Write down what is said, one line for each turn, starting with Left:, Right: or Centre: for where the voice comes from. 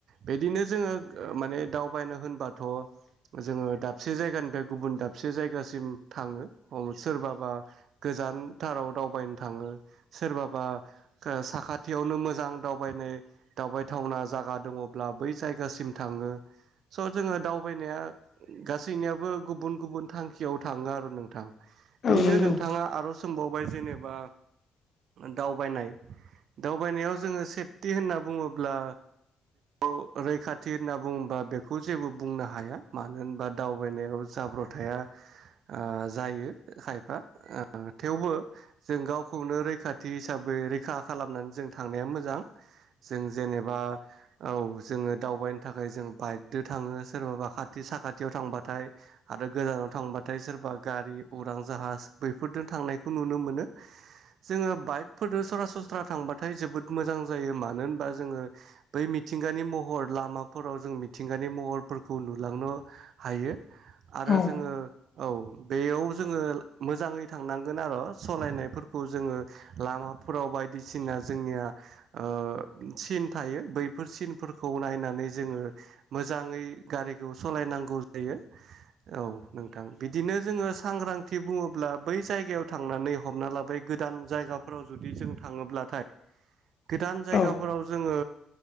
Right: बिदिनो जोङो माने दावबायनो होनबाथ' जोङो दाबसे जायगानिफ्राय गुबुन दाबसे जायगासिम थाङो सोरबाबा जानथाराव दावबायनो थाङो सोरबाबा साखाथियावनो मोजां दावबायनाय दावबायथावना जगा दङब्ला बैय जायगासिम थाङो स' जोङो दावबायनाया गासैनियाबो गुबुन गुबुन थांखियाव थाङो <inaudible> नोंथां बिदिनो
Left: औ नंगौ
Right: नोंथाङा आरो सोमबावबाय जेनेबा दावबायनाय दावबायनायाव जोङो सेफटि होनना बुङोब्ला <inaudible> रैखा थेरना बुंङोबा बेखौ जेबो बुंनो हाया मानो होनबा दावबायनायाव जाब्रथाया ओ जायो खायफा थेवबो जों गावखौनो रैखाथि हिसाबै रैखा खालामनानै जों थांनाया मोजां जों जेनेबा औ जोङो दावबायनो थाखाय जों बाइकदो थाङो सोरबााबा खाथि साखाथियाव थांबाथाय आरो गोजानाव थांबाथाय सोरबा बा गारि उरां जाहाज बैफोरदों थांनायखौ नुनो मोनो जोङो बाइकफोरदो सरासनस्रा थांबाथाय जोबोद मोजां जायो मानो होनबा जोङो बै मि मिथिंगानि महर' लामा फोराव जों मिथिंगानि महर'फोरखौ नुलांनो हायो आरो
Left: औ
Right: जोङो औ बेयाव जोङो मोजाङै थांनांगोन आरो सालायनायफोरखौ जोङो लामा फोराव बायदिसिना जोंनिया ओ सिन थायो बैफोर सिनफोरखौ नायनानै जोङो मोजाङै गारिखौ सालायनांगौ जायो औ नोंथां बिदिनो जोङो सांग्रांथि बुङोब्ला बै जायगायाव थांनानै हमना लाबाय गोदान जायगाफोराव जुदि जों थाङोब्लाथाय
Left: <unintelligible>
Right: गोदान जायगाफोराव
Left: औ
Right: जोङो